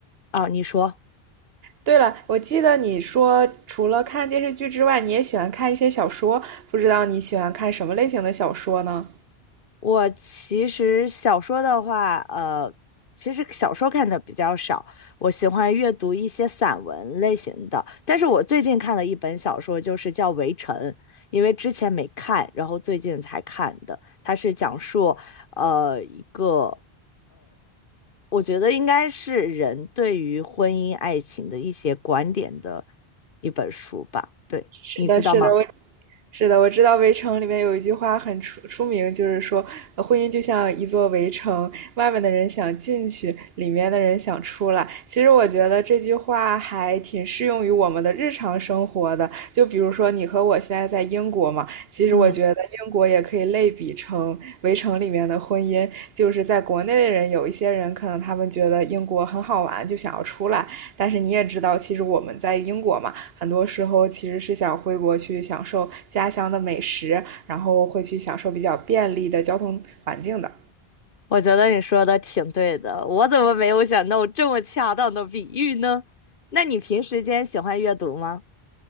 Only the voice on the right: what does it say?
对了，我记得你说除了看电视剧之外，你也喜欢看一些小说，不知道你喜欢看什么类型的小说呢？
是的，
是的，我。是的，我知道《围城》里面有一句话很出出名，就是说，呃婚姻就像一座围城，外面的人想进去，里面的人想出来。其实我觉得这句话还挺适用于我们的日常生活的。就比如说，你和我现在在英国嘛，其实我觉得英国也可以类比成《围城》里面的婚姻，
就是在国内的人，有一些人可能他们觉得英国很好玩，就想要出来，但是你也知道，其实我们在英国嘛，很多时候其实是想回国去享受家乡的美食，然后会去享受比较便利的交通环境的。